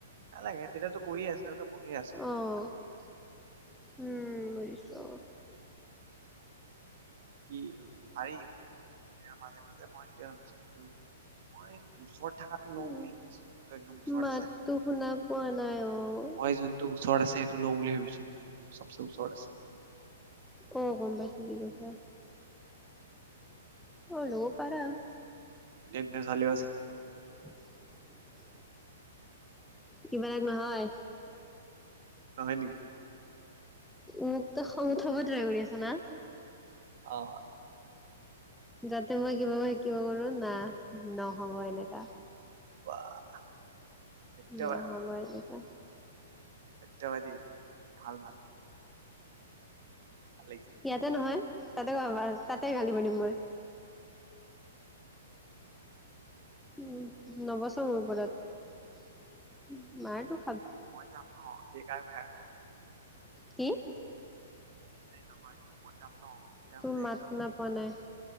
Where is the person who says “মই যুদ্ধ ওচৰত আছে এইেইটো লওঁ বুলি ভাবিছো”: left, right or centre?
Right